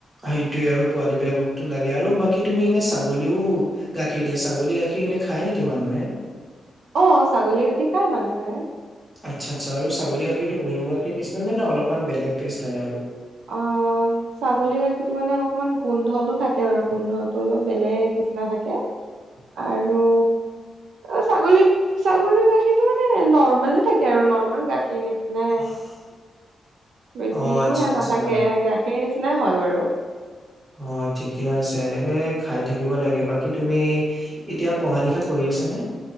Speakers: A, on the right; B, on the right.
A: সেইটোয়ে আৰু পোৱালী বিলাককতো লাগে আৰু বাকী তুমি এনে ছাগলীও- গাখীৰ দিয়ে ছাগলী গাখীৰ এনে খায় নেকি মানুহে।
B: অঁ ছাগলী গাখীৰ খাই মানুহে।
A: আচ্ছা আচ্ছা ছাগলী গাখীৰটো গৰু গাখীৰ নিচিনা নে অলপমান বেলেগ টেষ্ট হয় আৰু। <inaudible>
B: অ ছাগলী গাখীৰতটো মানে অকমান গোন্ধতটো থাকে আৰু গোন্ধতো অলপ বেলেগ নিচিনা থাকে। আৰু- অ ছাগলী ছাগলীৰ গাখীৰটো মানে নৰ্মলে থাকে আৰু, নৰ্মেল গাখীৰ নিচিনা-
A: <inaudible>
B: বেছি
A: অ
B: সেয়া
A: আচ্ছা আচ্ছা
B: নাথাকে, গাখীৰ নিচিনাই হয় বাৰু।
A: অঁ ঠিকে আছে, এনেকে খাই থাকিব লাগে বাকী তুমি- এতিয়া পঢ়া লিখা কৰি আছা নে?